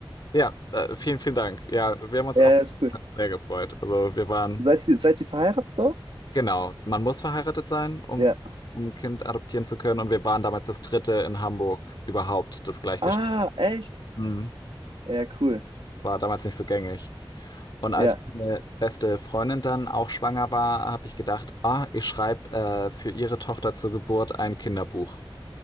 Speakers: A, on the left; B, on the right.
A: ja, äh, vielen, vielen Dank. Ja, wir haben uns
B: Ja,
A: auch
B: ja, ist cool.
A: sehr gefreut. Also wir waren,
B: Seid ihr, seid ihr verheiratet auch?
A: genau, man muss verheiratet sein, um,
B: Ja.
A: um ein Kind adoptieren zu können. Und wir waren damals das dritte in Hamburg überhaupt, das gleichgeschlechtliche.
B: Ah, echt?
A: Mhm.
B: Ja, cool.
A: Das war damals nicht so gängig. Und als
B: Ja.
A: meine beste Freundin dann auch schwanger war, habe ich gedacht, ah, ich schreibe äh, für ihre Tochter zur Geburt ein Kinderbuch.